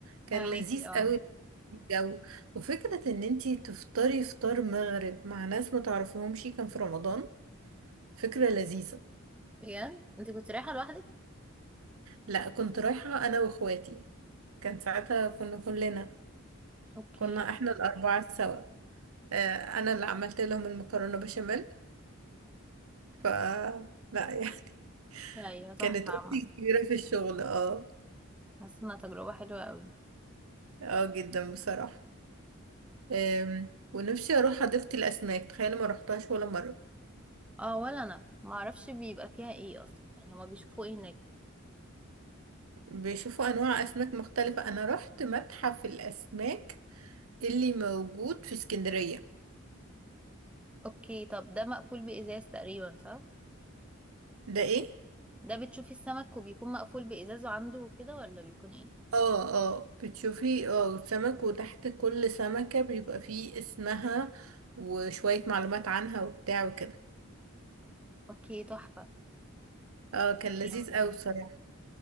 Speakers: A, on the right; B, in the centre.
A: كان
B: فهماكي
A: لذيذ
B: اه
A: قوي الجو وفكرة ان انتي تفطري فطار مغرب مع ناس ما تعرفيهمش كان في رمضان فكرة لذيذة
B: بجد انت كنت رايحة لوحدك
A: لا كنت رايحة انا واخواتي كان ساعتها كنا كلنا
B: اوكي
A: كنا احنا الاربعة سوا آه، انا اللي عملت لهم المكرونة بشاميل ف لا يعني <laughs>
B: ايوه تحفة
A: كانت اختي
B: عامة
A: كبيرة في الشغل اه
B: حاسة انها تجربة حلوة قوي
A: اه جدا بصراحة أم، ونفسي اروح حديقة الاسماك تخيل ما روحتهاش ولا مرة
B: اه ولا انا معرفش بيبقى فيها ايه اصلا يعني هما بيشوفوا ايه هناك
A: بيشوفوا انواع اسماك مختلفة انا رحت متحف الاسماك اللي موجود في اسكندرية
B: اوكي طب ده مقفول بإزاز تقريبا صح
A: ده ايه
B: ده بتشوفي السمك وبيكون مقفول بإزازه عنده وكده ولا بيكون ايه
A: اه اه بتشوفي اه سمك وتحت كل سمكة بيبقى فيه اسمها وشوية معلومات عنها وبتاع وكده
B: اوكي تحفة
A: اه كان لذيذ
B: انا
A: اوي بصراحة